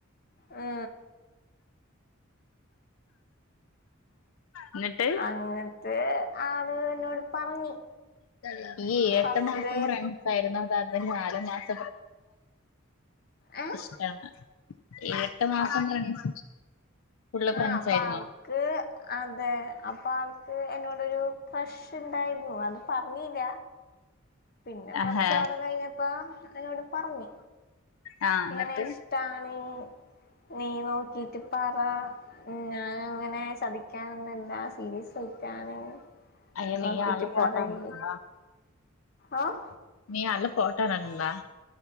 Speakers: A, on the left; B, on the left.
A: ങ്
B: എന്നിട്ട്
A: അങ്ങ <unintelligible> ആള് എന്നോട് പറഞ്ഞ്
B: <unintelligible>
A: ഫസ്റ്റില്
B: നാല് മാസ
A: ഏഹ്
B: ഇഷ്ട്ടാണ് എ ട്ട് മാസം
A: അപ്
B: ഫ്രണ്ട്സ് ഉള്ള ഫ്രണ്ട്‌സ്
A: ആഹ് അപ്പ
B: ആരുന്നോ
A: ആൾക്ക് അതെ അപ്പ ആൾക്ക് എന്നോടൊരു ക്രഷ് ണ്ടാരുന്നു അത് പറഞ്ഞില്ല പിന്ന കൊറച്ച്
B: ആഹാ
A: നാല് കഴിഞ്ഞ പ്പ എന്നോട് പറഞ്ഞ്
B: ആഹ്
A: ഇങ്ങനെ
B: എന്നിട്ട്
A: ഇഷ്ട്ടാണ് നീ നോക്കീട്ട് പറ ഞാൻ അങ്ങനെ ചതിക്കാനൊന്നുല്ല സീരിയസ് ആയിട്ടാണ്
B: അയിന് നീ
A: നോക്കിട്ട്
B: ആളുടെ ഫോട്ടോ
A: പറയ്
B: കണ്ടിട്ടൊണ്ട
A: ആഹ്
B: നീ ആളുടെ ഫോട്ടോ കണ്ടിട്ടൊണ്ട